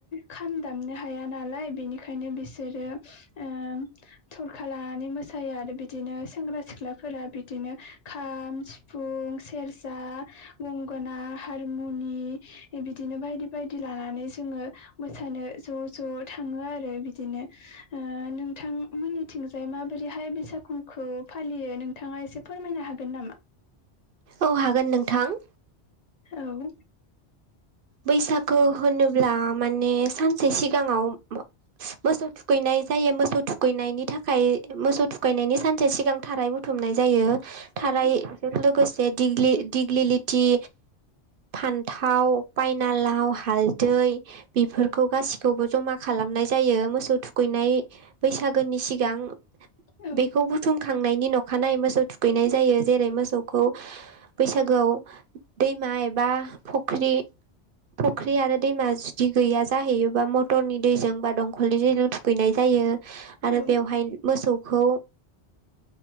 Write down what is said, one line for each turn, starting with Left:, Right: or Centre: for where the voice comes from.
Left: खाम दामनो हाया नालाय बिनिखायनो बिसोरो ओ थरखा लानानै मोसायो आरो बिदिनो सेंग्रा सिख्लाफोरा बिदिनो खाम, सिफुं, सेरजा, गंगोना हारमुनि बिदिनो बायदि बायदि लानानै जोंङो मोसानो ज' ज' थांङो आरो बिदिनो ओ नोंथां मोननिथिंजाय माबोरैहाय बैसागुखौ फालियो नोंथाङा एसे फोरमाय होनो हागोन नामा?
Right: औ हागोन नोंथां।
Left: औ
Right: बैसागो होनोब्ला माने सानसे सिगांङाव मोसौ थुखैनाय जायो मोसौ थुखैनायनि थाखाय मोसौ थुखायनायनि सानसे सिगां थाराय बुथुमनाय जायो थाराजों
Left: औ
Right: लो गोसे दिग्लि-दिग्लिलिथि फान्थाव बायना लाव, हालदै बेफोरखौ गासि खौबो जमा खालामनाय जायो मोसौ थुखैनाय बैसागोनि सिगां
Left: औ
Right: बेखौ बुथुमखांनायनि न अखानायै मोसौ थुखैनाय जायो जेरै मोसौखौ बैसागोआव दैमा एबा फुख्रि
Left: <inaudible>
Right: फख्रि आरो दैमा जुदि गैया जाहैयोबा मटरनि दैजों बा दंखलनि दैजों थुगैनाय जायो। आरो
Left: औ
Right: बेवहाय मोसौखौ